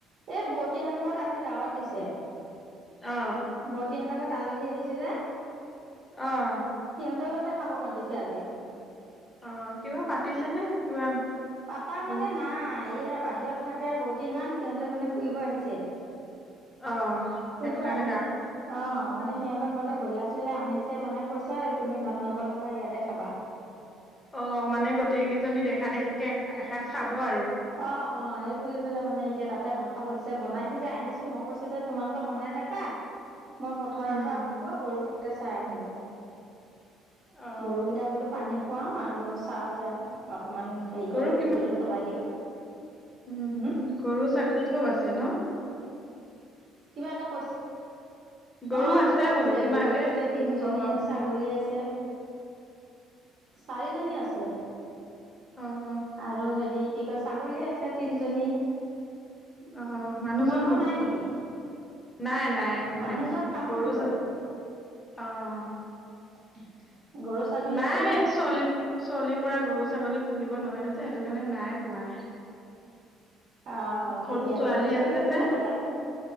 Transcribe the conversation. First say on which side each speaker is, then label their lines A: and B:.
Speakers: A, on the right (about 55°); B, on the left (about 15°).
A: এই বৌতি <unintelligible> ঘৰত আজি দাৱত দিছে।
B: অ'।
A: বৌতিহতঁৰ ঘৰত আলহী আহিছে যে।
B: অ'।
A: সিহঁতৰ ঘৰতে খাব মাতিছেঁ আজি।
B: অ', কিবা পাতিছেনে, কিবা
A: পাতা মানে
B: বহুত
A: নাই, এইয়া বাহিৰত থাকে বৌতি হঁত, সিহঁতে মানে ফুৰিব আহিছে।
B: অ'।
A: ফুৰিব
B: সেইটো
A: আহিছে।
B: কাৰণে দা
A: অ', মানে সিহঁতৰ ঘৰতে ব্ৰইলাৰ চইলাৰ আনিছে মানে কৈছে আৰু তুমি ভাত নবনাবা ইয়াতে খাবা।
B: অ', মানে গোটেই কেইজনী দেখা দেখিকে এ- এসাঁজ খাব আৰু।
A: অ', অ' সেই বুলি পেলেই মানে এতিয়া তাতে ভাত খাব দিছে বনাই সিজাই আহিছো, মই কৈছো যে তোমালোকে বনাই থাকা মই পথাৰৰ
B: উম,
A: পৰা আহোগৈ, গৰুকেইটা চাই আহোগৈ।
B: অ',
A: গৰুকেইটা বোলো পানী খুৱাম আৰু
B: অ',
A: চাওঁ যাওঁ অকণমান হেৰি
B: গৰু
A: কৰোঁ
B: কিমান
A: খুঁটিটো সলাই দিওঁ।
B: উম,
A: হম
B: গৰু ছাগলী চব আছে ন।
A: কিবা এটা কৈছিল,
B: গৰু
A: অ', চব
B: বোলো
A: আছে
B: কিমানকে
A: গৰু আছে তিনিজনী
B: অ',
A: চাগ গলী আছে। চাৰিজনী আছে।
B: অ', অ'।
A: আৰু হেৰি কি কয় ছাগলী আছে তিনজনী।
B: অহ, মানুহজন
A: তোমালোকৰ
B: ক'ত
A: নাই
B: গ'ল।
A: নেকি
B: নাই, নাই একো
A: মানুহজন
B: নাই,
A: কামত
B: গৰু
A: গ'ল
B: জ, অ'।
A: <inaudible> গৰু ছাগলী
B: নাই
A: একো
B: চলি- চলিৰ পৰা গৰু ছাগলী পুহিব নোৱাৰো যে, সেইটো কাৰণে নাই পোহা।
A: অ',
B: সৰু
A: ঠিকে
B: ছোৱালী
A: আছে গৰু ছাগলী পুহিব
B: যে
A: লাগে,